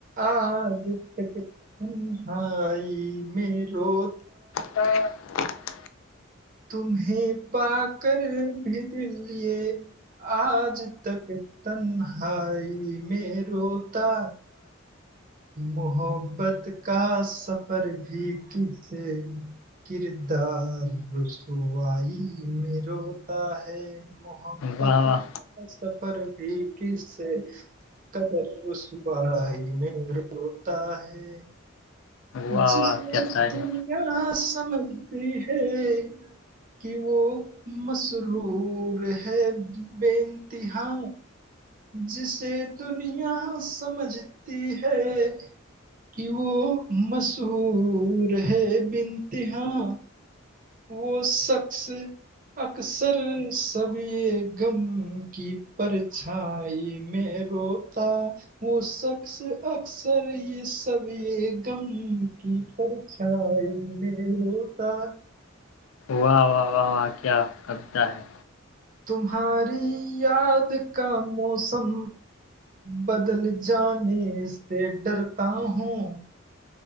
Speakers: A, on the right; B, on the left.
A: آ ج ہ ہاں آئی میں رو
B: تو <unintelligible>
A: تمہیں پا کر بھی دلے آج تک تنہائی میں روتا محبت کا سفر بھی کس کردار رسوائی میں روتا ہے محبت
B: واہ واہ
A: سفر بھی کس سے قدر رب م ہوتا ہے
B: واہ
A: جسے
B: واہ کیا شاعری
A: دنیا سمجھتی ہے کہ وہ مسرور ہے بینتیا جسے دنیا سمجھتی ہے کہ وہ مشہور ہے بنتہاں وہ شخص اکثر سب م کی پرچھائی میں روتا وہ شخص اکثر یہ سب غم کی پرچھائی میں روتا
B: واہ واہ واہ واہ کیا ربطہ ہے
A: تمہاری یاد کا موسم بدل جانے سے ڈرتا ہوں